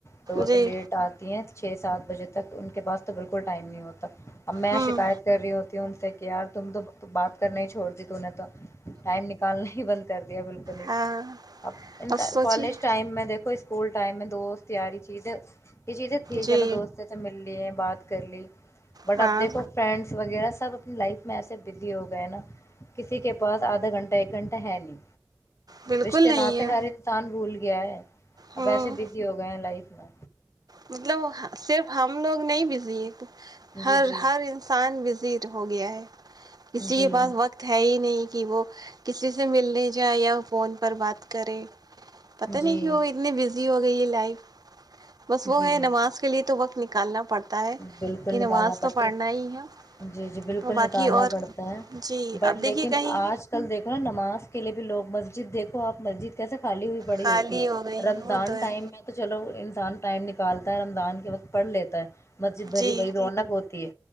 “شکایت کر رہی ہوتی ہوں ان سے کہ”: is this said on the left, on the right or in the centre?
Left